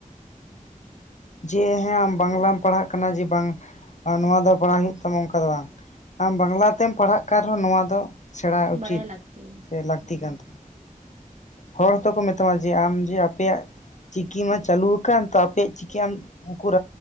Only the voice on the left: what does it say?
ᱡᱮ ᱦᱮᱸ ᱟᱢ ᱵᱟᱝᱞᱟᱢ ᱯᱟᱲᱦᱟᱜ ᱠᱟᱱᱟ ᱡᱮ ᱵᱟᱝ ᱱᱚᱣᱟ ᱫᱚ ᱯᱟᱲᱦᱟᱣ ᱦᱩᱭᱩᱜ ᱛᱟᱢᱟ ᱚᱱᱠᱟ ᱫᱚ ᱵᱟᱝ ᱟᱢ ᱵᱟᱝᱞᱟ ᱛᱮᱢ ᱯᱟᱲᱦᱟᱜ ᱠᱟᱱ ᱨᱮᱦᱚᱸ ᱱᱚᱣᱟ ᱫᱚ ᱥᱮᱬᱟ ᱩᱪᱤᱛ
ᱥᱮ ᱞᱟᱹᱠᱛᱤ
ᱠᱟᱱ ᱛᱟᱵᱚᱱᱟ ᱦᱚᱲ ᱦᱚᱸᱛᱚ ᱠᱚ ᱢᱮᱛᱟᱢᱟ ᱡᱮ ᱟᱢ ᱡᱮ ᱟᱯᱮᱭᱟᱜ ᱪᱤᱠᱤ ᱢᱟ ᱪᱟᱹᱞᱩᱣᱟᱠᱟᱱ ᱛᱚ ᱟᱯᱮᱭᱟᱜ ᱪᱤᱠᱤ ᱟᱢ ᱩᱠᱩᱨ